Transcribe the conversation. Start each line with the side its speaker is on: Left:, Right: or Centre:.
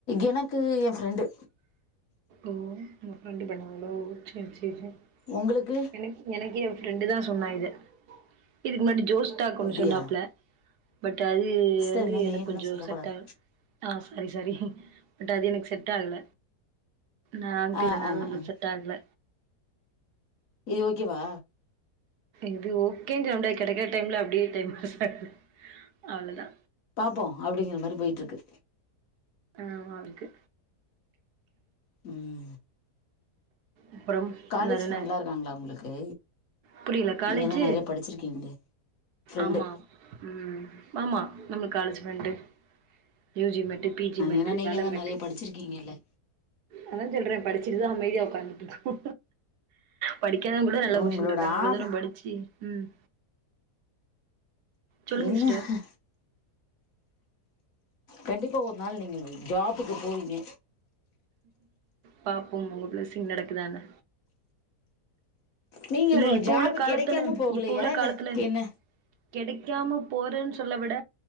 Left: எனக்கு எ ஃப்ரெண்டு
Right: ஓ உங்க பிரெண்ட் பண்ணங்களோ செர் செர் செர்
Left: உங்களுக்கு
Right: எனக்கு எனக்கே என ஃப்ரெண்டு தா சொன்னா இத இதுக்கு முன்னாடி ஜோஸ்டாக் ஒன்னு
Left: அப்படியா
Right: சொன்னாப்ல பட் அது
Left: சிஸ்டர்
Right: வந்து
Left: இது மாதிரி
Right: எனக்கு
Left: நேம்லாம்
Right: கொஞ்சோ
Left: சொல்லக்கூடாது
Right: செட்டா ஆ சாரி சாரி பட் அது எனக்கு செட் செட் ஆகல நா வந்ட்டு
Left: ஆ
Right: இதனால
Left: ஆ
Right: நம்மளுக்கு
Left: ம்
Right: செட் ஆகல
Left: இது ஓகேவா
Right: இது ஓகேன் <unintelligible> கெடைக்கிற டைம்ல அப்டியே டைம் பாஸ் ஆகுது அவ்ளோதா
Left: பாப்போ அப்டிங்ற மாரி போயிட்ருக்கு
Right: ஆமா அதுக்கு
Left: ம்
Right: அப்றம்
Left: காலேஜ்
Right: வேறன்ன
Left: ஃப்ரெண்ட்லாம் இருக்காங்களா உங்களுக்கு
Right: புரில காலேஜு
Left: நீங்கள் தான் நிறைய படிச்சிருக்கீங்களே ஃப்ரெண்டு
Right: ஆமா ம் ஆமா நம்ம college friend UG mate PG mate
Left: ஏன்னா நீங்கள்
Right: வேல
Left: தான்
Right: மேட்டு
Left: நிறைய படிச்சிருக்கீங்கல்ல
Right: அதா சொல்றே படிச்சிட்டுதா அமைதியா உக்காந்துட்டு இருக்கோ படிக்காதவங் கூட நல்ல பொசிஷன்
Left: உங்களோட
Right: ல இருக்காங்க இவ்ளோ
Left: ஆத
Right: தூரோ படிச்சு ம் சொல்லுங்க
Left: என்ன
Right: சிஸ்டர்
Left: ஹ கண்டிப்பா ஒரு நாள் நீங்க ஜாபுக்கு போவீங்க
Right: பாப்போ உங்க ப்ளஸ்ஸிங் நடக்குதானு
Left: நீங்க
Right: இல்ல இப்ப
Left: ஜாப்
Right: உள்ள காலத்துல
Left: கெடைக்காம போகலையா
Right: இப்ப உள்ள
Left: இல்ல
Right: காலத்துல
Left: என்ன
Right: கிடைக்காம போறேன்னு சொல்ல விட